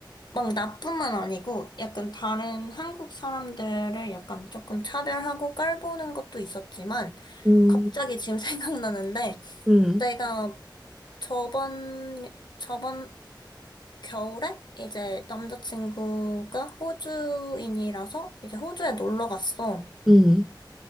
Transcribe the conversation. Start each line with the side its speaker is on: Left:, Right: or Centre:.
Left: 막 나뿐만 아니고 약간 다른 한국 사람들을 약간 조금 차별하고 깔보는 것도 있었지만
Centre: 음,
Left: 갑자기 지금 <laughs> 생각나는데
Centre: 음,
Left: 내가 저번, 저번 겨울에 이제 남자친구가 호주인이라서 이제 호주에 놀러 갔어.
Centre: 음,